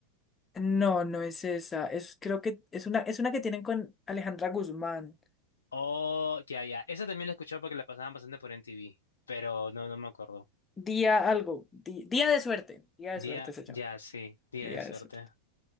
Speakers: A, on the left; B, on the left.
A: no, no es esa. Es, creo que es una, es una que tienen con Alejandra Guzmán.
B: Oh, ya, ya. Esa también la he escuchado porque la pasaban bastante por NTV, pero no, no me acuerdo.
A: Día algo. Di- día de suerte. Día de
B: Día,
A: suerte se llama.
B: ya, sí, día
A: Día
B: de suerte.
A: de suerte.